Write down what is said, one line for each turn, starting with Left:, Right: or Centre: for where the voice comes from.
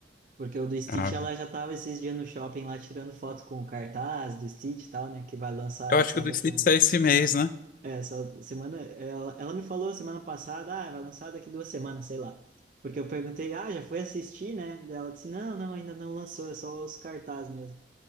Right: Porque o do Stitch,
Left: Ah,
Right: ela já tava esses dias no shopping lá tirando foto com o cartaz do Stitch e tal, né? Que vai lançar
Left: eu acho
Right: só
Left: que o do
Right: daqui
Left: Stitch
Right: uns.
Left: sai esse mês, né?
Right: É, só semana. Ela, ela me falou semana passada, ah, vai lançar daqui duas semanas, sei lá. Porque eu perguntei, ah, já foi assistir, né? Daí ela disse, não, não, ainda não lançou, é só os cartazes mesmo.